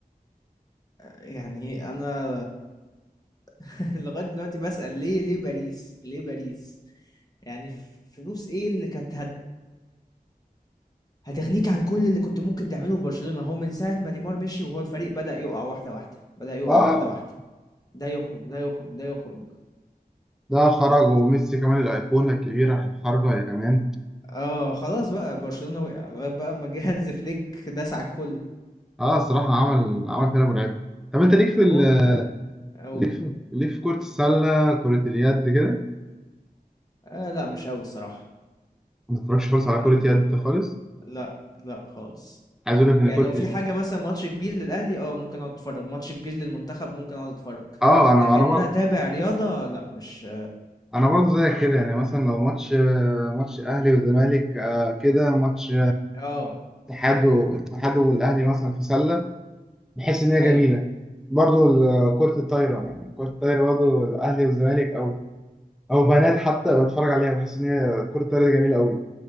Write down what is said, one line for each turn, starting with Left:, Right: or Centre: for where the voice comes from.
Left: يعني انا <laughs> لغايه دلوقتي بسأل ليه ليه باريس ليه باريس يعني ف- فلوس ايه اللي كانت هت هتغنيك عن كل اللي كنت ممكن تعمله في برشلونة هو من ساعة ما نيمار مشي وهو الفريق بدأ يقع واحدة واحدة بدأ يقع
Centre: اه
Left: واحدة واحدة ده يخرج ده يخرج ده يخرج
Centre: ده خرج وميسي كمان الايقونه الكبيره خارجه يا كمان
Left: اه خلاص بقى برشلونة وقع لغاية بقى ما جه <laughs> هانز فليك داس على الكل
Centre: اه صراحه عمل عمل كده مرعب طب انت ليك في ال...
Left: هو من قبل او
Centre: ليك في ليك في كرة السلة كرة اليد كده
Left: آه لا مش قوي الصراحة
Centre: ما بتتفرجش خالص على
Left: يعني
Centre: كرة يد خالص
Left: لا لا خالص
Centre: عايز اقول لك ان
Left: يعني
Centre: كرة
Left: لو في
Centre: ال-
Left: حاجة مثلا ماتش كبير للأهلي اه ممكن اقعد اتفرج ماتش كبير للمنتخب ممكن اقعد اتفرج
Centre: اه انا
Left: لكن
Centre: انا
Left: انا اتابع رياضة لا مش
Centre: انا برضه زيك كده يعني مثلا لو ماتش ماتش اهلي والزمالك آه، كده ماتش
Left: اه
Centre: اتحاد و- الاتحاد والاهلي مثلا في سله بحس ان هي
Left: <clears throat> ايوه
Centre: جميله برضه ال- كره الطايره يعني كره الطايره برضه الاهلي والزمالك او او بنات حتى بتفرج عليها بحس ان هي كره الطايره دي جميله قوي